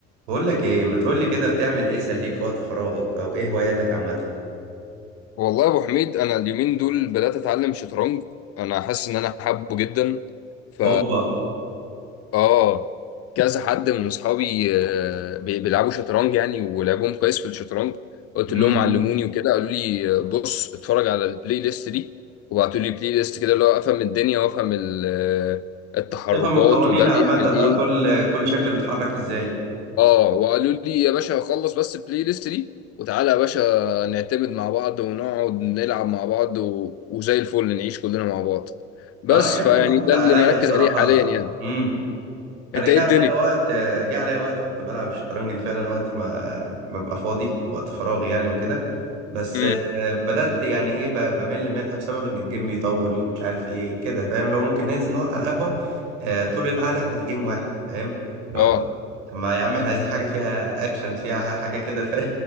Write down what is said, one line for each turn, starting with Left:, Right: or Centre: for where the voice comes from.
Right: بقول لك ايه ما تقول لي كده بتعمل ايه يسليك في وقت فراغك او ايه هواياتك عامه
Left: والله يا ابو حميد انا اليومين دول بدات اتعلم شطرنج انا حاسس ان انا حابه جدا ف
Right: اوبا
Left: اه كذا حد من اصحابي آه، بي- بيلعبوا شطرنج يعني ولعبهم كويس في الشطرنج قلت
Right: امم
Left: لهم علموني وكده قالوا لي آه، بص اتفرج على البلاي ليست دي وبعتوا لي بلاي ليست كده اللي هو افهم الدنيا وافهم ال- آه، التحركات
Right: تفهم القوانين
Left: وده
Right: عامه
Left: بيعمل ايه
Right: اه كل كل شكل بيتحرك ازاي
Left: اه وقالوا لي يا باشا خلص بس البلاي ليست دي وتعالى يا باشا نعتمد مع بعض ونقعد نلعب مع بعض و... وزي الفل نعيش كلنا مع بعض بس
Right: اه انا جت
Left: فيعني
Right: وقت
Left: ده
Right: عليا
Left: اللي مركز
Right: الصراحه
Left: عليه حاليا يعني
Right: امم انا
Left: انت
Right: جه
Left: ايه الدنيا
Right: عليا وقت جه عليا وقت كنت بلعب الشطرنج دي فعلا وقت ما ما ببقى فاضي وقت فراغي يعني وكده بس
Left: امم
Right: آه، بدأت يعني ايه ب- بمل منها بسبب ان الجيم بيطول مش عارف ايه كده فاهم لو ممكن ننزل نقعد على القهوة آه، طول القعدة احنا في جيم واحد فاهم لو
Left: اه
Right: طب ما يا عم احنا عايزين حاجة فيها اكشن فيها حاجة كده فاهم